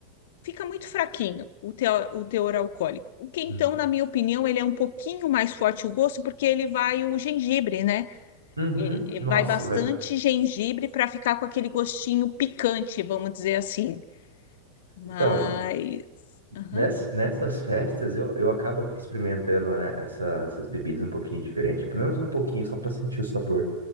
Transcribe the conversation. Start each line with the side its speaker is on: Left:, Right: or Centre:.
Left: fica muito fraquinho o, teo, o teor alcoólico. O quentão,
Right: Hum.
Left: na minha opinião, ele é um pouquinho mais forte o gosto, porque ele vai o gengibre, né?
Right: uhum.
Left: E-
Right: Nossa,
Left: e Vai bastante
Right: velho.
Left: gengibre para ficar com aquele gostinho picante, vamos dizer assim. Mas.
Right: Então, aí,
Left: Aham.
Right: ness- nessas festas eu, eu acabo experimentando, né, essa- essas bebidas um pouquinho diferente, pelo menos um pouquinho, só pra sentir o sabor.